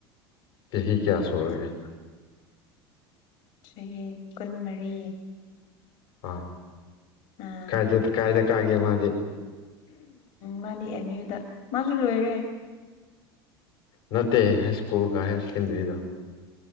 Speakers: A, on the left; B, on the left.
A: ꯆꯍꯤ ꯀꯌꯥ ꯁꯨꯔꯒꯦ
B: ꯆꯍꯤ ꯀꯨꯟꯃꯔꯤ
A: ꯑ
B: ꯑꯥ
A: ꯀꯥꯏꯗ ꯀꯥꯏꯗ ꯀꯥꯒꯦ ꯃꯥꯗꯤ
B: ꯃꯥꯗꯤ ꯑꯦꯝ ꯌꯨꯗ ꯃꯥꯁꯨ ꯂꯣꯏꯔꯦ
A: ꯅꯠꯇꯦ ꯍꯥꯏ ꯁ꯭ꯀꯨꯜꯒ ꯍꯥꯏꯌꯔ ꯁꯦꯀꯦꯟꯗꯔꯤꯒ